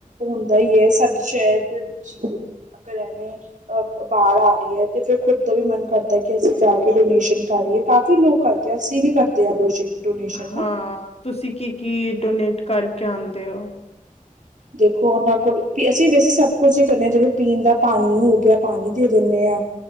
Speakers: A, on the right; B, on the left.
A: ਹੁੰਦਾ ਹੀ ਹੈ ਸਾਡੇ ਸ਼ਹਿਰ ਦੇ ਵਿੱਚ ਹੀ ਅਗਲ ਐਵੇਂ ਅਹ ਬਾਲ ਆ ਰਹੀ ਹੈ ਤੇ ਫੇਰ ਖੁਦ ਦਾ ਵੀ ਮਨ ਕਰਦਾ ਕਿ ਅਸੀਂ ਜਾ ਕੇ ਡੋਨੇਸ਼ਨ ਕਰ ਆਈਏ ਕਾਫ਼ੀ ਲੋਕ ਕਰ ਅਸੀਂ ਵੀ ਕਰਦੇ ਹਾਂ ਡ ਇੰਡੋਨੇਸ਼ਨ ਨਾ
B: ਹਾਂ ਤੁਸੀਂ ਕੀ ਕੀ ਡੋਨੇਟ ਕਰਕੇ ਆਉਂਦੇ ਹੋ
A: ਦੇਖੋ ਉਹਨਾਂ ਕੋਲ, ਅਸੀਂ ਵੈਸੇ ਸਭ ਕੁਛ ਹੀ ਕਰਦੇ ਹਾਂ ਜਿਵੇਂ ਪੀਣ ਦਾ ਪਾਣੀ ਹੋ ਗਿਆ ਪਾਣੀ ਦੇ ਦਿੰਦੇ ਹਾਂ